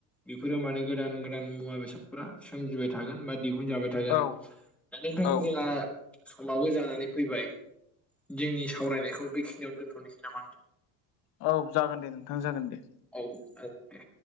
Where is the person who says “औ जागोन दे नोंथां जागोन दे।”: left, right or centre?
Left